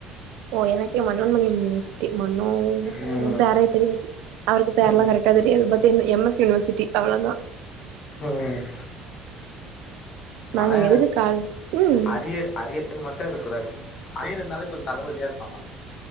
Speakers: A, on the right; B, on the left.
A: ஓ எனக்கு மன்னோன் மணியம் யுனிவர்சிட்டி மன்னோ
B: ம்
A: வேற யார் பேர்யோ வர்து அவருக்கு பேர்ல்லா
B: ம்
A: கரெக்டா தெரியாது பட்டு என் எஸ் யுனிவர்சிட்டி அவ்ளோ தா
B: ம்
A: நாங்க
B: ஆனா
A: எதுக்கு கால் ம்
B: அரியர் அரிய யர் மட்டும் இருக் கூடாது அரியர் இருந்தாலு கொஞ்சம் தலவலியா இருக்கோ ஆனா